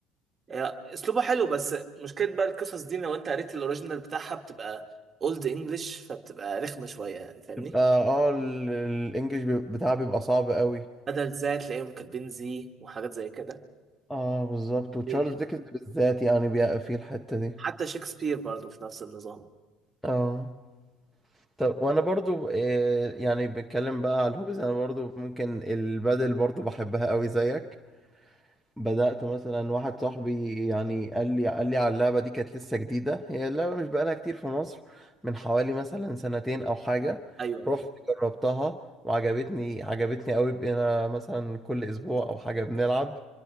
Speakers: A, on the right; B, in the centre.
A: هي اسلوبه حلو بس مشكلة بقى القصص دي لو انت قريت الاوريجينال بتاعها بتبقى اولد انجلش فبتبقى رخمة شوية يعني فاهمني
B: يبقى اه ال- الانجليش بي- بتاعه بيبقى صعب قوي
A: بدل زي تلاقيهم كاتبين زي وحاجات زي كده
B: اه بالظبط وتشارلز
A: دي-
B: ديكنز بالذات يعني بيقى في الحتة دي
A: حتى شكسبير برضو في نفس النظام
B: اه طب وانا برضو آه، يعني بتكلم بقى على الهوبيز انا برضو ممكن البادل برضو بحبها قوي زيك بدأت مثلا واحد صاحبي يعني قال لي قال لي على اللعبة دي كانت لسه جديدة هي اللعبة مش بقالها كتير في مصر من حوالي مثلا سنتين او حاجة
A: ايوه
B: رحت جربتها وعجبتني عجبتني قوي بقينا مثلا كل اسبوع او حاجة بنلعب